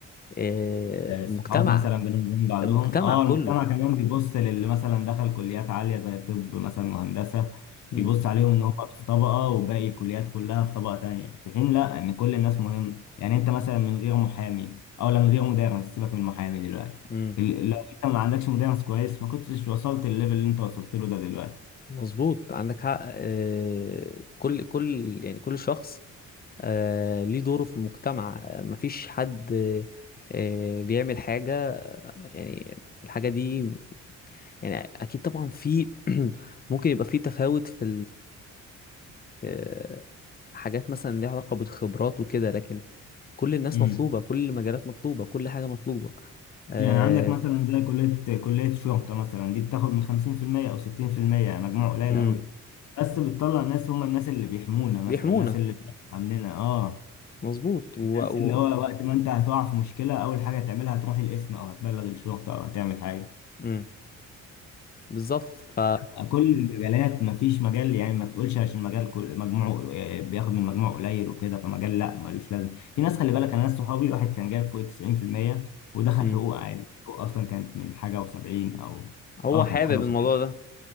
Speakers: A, on the left (about 30°); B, on the left (about 65°).
A: آه،
B: آه، الصحاب
A: مجتمع
B: مثلا بنقوم من بعضهم
A: المجتمع
B: اه
A: كله
B: المجتمع كمان بيبص للي مثلا دخل كليات عالية زي طب مثلا وهندسة
A: مم.
B: بيبص عليهم ان هم في طبقة وباقي الكليات كلها في طبقة تانية في حين لا ان كل الناس مهم يعني انت مثلا من غير محامي او لا من غير مدرس سيبك من محامي دلوقتي
A: مم.
B: ال- لو انت ما عندكش مدرس كويس ما كنتش وصلت الليفل اللي انت وصلت له ده دلوقتي
A: مظبوط عندك حق آه، كل كل يعني كل شخص آه، ليه دوره في المجتمع آه، مفيش حد آه، بيعمل حاجة يعني الحاجة دي يعني أكيد طبعا في <clears throat> ممكن يبقى في تفاوت في في حاجات مثلا ليها علاقة بالخبرات وكده لكن كل الناس
B: مم.
A: مطلوبة كل المجالات مطلوبة كل حاجة مطلوبة آه
B: يعني عندك مثلا زي كلية كلية شرطة مثلا دي بتاخد من خمسين في المية أو ستين في المية يعني مجموع قليل
A: امم
B: قوي بس بتطلع ناس هم الناس اللي بيحمونا مثلا
A: بيحمونا
B: الناس اللي بتدافع عننا اه
A: مظبوط و...
B: الناس
A: و...
B: اللي هو وقت ما انت هتقع في مشكلة أول حاجة هتعملها هتروح القسم أو هتبلغ الشرطة أو هتعمل حاجة
A: امم بالظبط ف
B: لا، كل المجالات مفيش مجال يعني ما تقولش عشان مجال كل- مجموعه آه، بياخد من مجموعه قليل وكده فمجال لا ملوش لازم في ناس خلي بالك انا ناس صحابي واحد كان جايب فوق 90% ودخل
A: امم
B: حقوق عادي حقوق اصلا كانت من حاجه و70 او
A: هو
B: اه
A: حابب
B: كانت حاجه و70
A: الموضوع ده